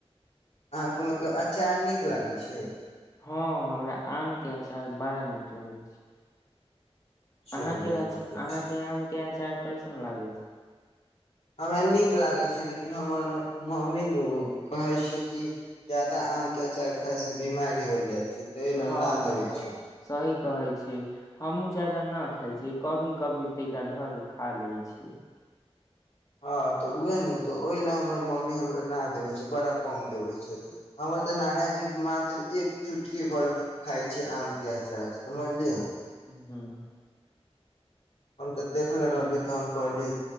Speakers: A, on the left (about 80°); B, on the left (about 30°).
A: अहाँके मतलब अचार नीक लागै छै
B: हँ हमरा आम के अचार बड़ा नीक लागै छै
A: चलू
B: अहाँके अहाँके
A: तब तऽ ठीक
B: आम के आचार कैसन लागै छै
A: हमरा नीक लागै छै लेकिन हमर मम्मी नु कहै छै कि ज्यादा आमके अचार खायसँ बिमारी होय जाइ छै तेल अ
B: हँ
A: ना देबै छै
B: सही कहै छै हमहुूँ जादा न खाइ छियै कभी कभी तीखा धऽ के खा ले छियै
A: हँ तऽ उएह नु तऽ ओहि ल हमर मम्मी हमरा न देबे छै बड़ा कम देबै छै हमरातऽ नाराजी मात्र एक चुटकी भर खाइ छै आम के अचार समझलियै
B: हँ
A: हम तऽ देखनेे रहली तऽ हम कहली